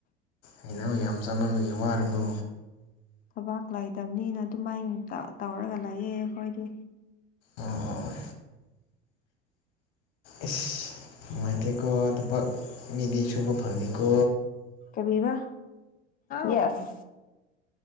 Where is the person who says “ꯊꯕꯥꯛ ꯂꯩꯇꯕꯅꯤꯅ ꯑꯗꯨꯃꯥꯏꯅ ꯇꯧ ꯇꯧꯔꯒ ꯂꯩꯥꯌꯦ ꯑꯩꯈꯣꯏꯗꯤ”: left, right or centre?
Left